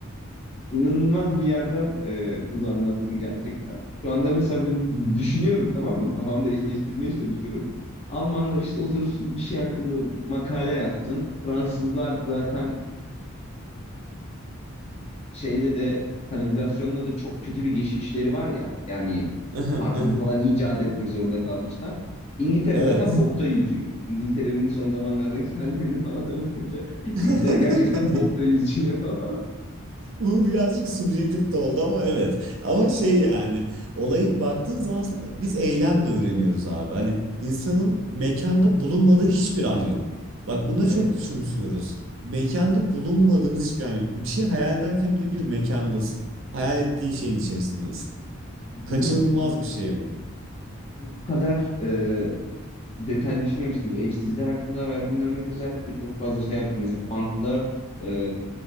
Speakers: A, on the left; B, on the right.
A: inanılmaz bir yerden e, bunu anlattın gerçekten. Şu anda mesela böyle düşünüyorum tamam mı? Kafamda eşleştirmeye çalışıyorum. Almanlar işte otursun bir şey hakkında makale yazsın. Fransızlar zaten şeyle de kanalizasyonla da çok kötü bir geçmişleri var ya. Yani
B: <laughs>
A: parfüm falan icat etmek zorunda kalmışlar. İngiltere
B: Evet.
A: zaten bokta yüzüyor. İngiltere'nin son zamanlardaki <laughs> hallerini falan da bakınca
B: <laughs>
A: İngiltere gerçekten bokta yüzüyor. <laughs>
B: Bu birazcık subjektif de oldu ama evet. Ama şey yani olayı baktığın zaman aslında biz eylemle öğreniyoruz abi. Hani insanın mekanda bulunmadığı hiçbir an yok. Bak buna
A: Evet.
B: çok küçümsüyoruz. Mekanda bulunmadığımız hiçbir an yok. Bir şey hayal ederken bile bir mekandasın. Hayal ettiğin şeyin içerisindesin.
A: Bunu
B: Kaçınılmaz bir şey bu.
A: bu kadar e, detaylı düşünmemiştim. Evsizler hakkında verdiğin örnek özellikle çok fazla şey yaptım. Mesela banklar, e,